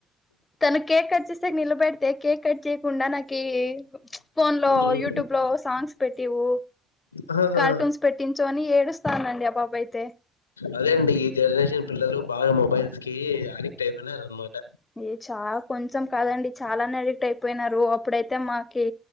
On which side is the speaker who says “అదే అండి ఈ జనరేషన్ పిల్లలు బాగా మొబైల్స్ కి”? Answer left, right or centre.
Left